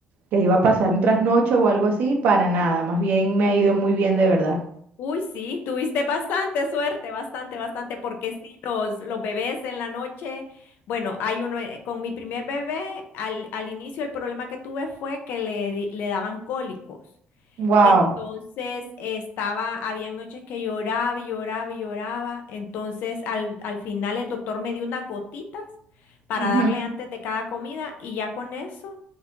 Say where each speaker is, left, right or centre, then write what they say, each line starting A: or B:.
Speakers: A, on the right; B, on the left.
A: que iba a pasar un trasnocho o algo así, para nada, más bien me ha ido muy bien de verdad.
B: Uy, sí, tuviste bastante suerte, bastante, bastante, porque sí, los, los bebés en la noche, bueno, hay uno, eh, con mi primer bebé, al, al inicio el problema que tuve fue que le, di- le daban cólicos.
A: Wow.
B: Entonces estaba, había noches que lloraba y lloraba y lloraba. Entonces al, al final el doctor me dio unas gotitas para
A: Ujú.
B: darle antes de cada comida y ya con eso,